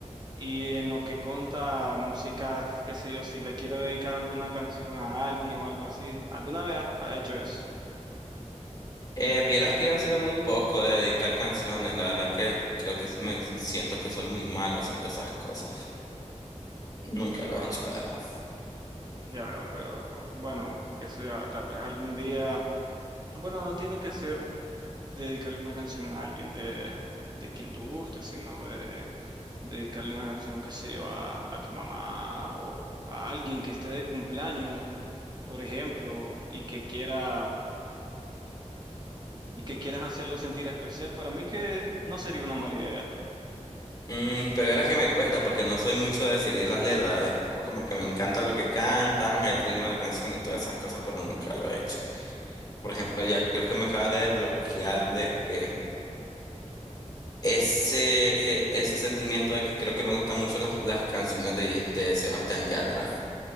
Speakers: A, on the right (about 35°); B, on the left (about 30°).
A: y en lo que consta música, qué sé yo, si le quiero dedicar alguna canción a alguien o algo así, ¿alguna vez ha ha hecho eso?
B: Eh, vieras que yo he sido muy poco de dedicar canciones, la verdad que creo que me siento que soy muy malo haciendo esas cosas. Nunca lo
A: Ah,
B: he hecho, la verdad.
A: ya veo, pero bueno, que sea tal vez algún día Bueno, no tiene que ser dedicarle una canción a alguien de, de quien tú guste, sino de, dedicarle una canción que se a, a tu mamá o a alguien que esté de cumpleaños, por ejemplo, y que quiera y que quieras hacerlo sentir especial. Para mí que no sería una mala idea.
B: Mm, pero verás que me cuesta porque no soy mucho de seguir las letras. Es tipo como que me encanta lo que cantan, el ritmo de la canción y todas esas cosas, pero nunca lo he hecho. Por ejemplo, ya creo que me acabas de desbloquear de que ese, ese sentimiento de que creo que me gustan mucho las, las canciones de, de Sebastián Yatra.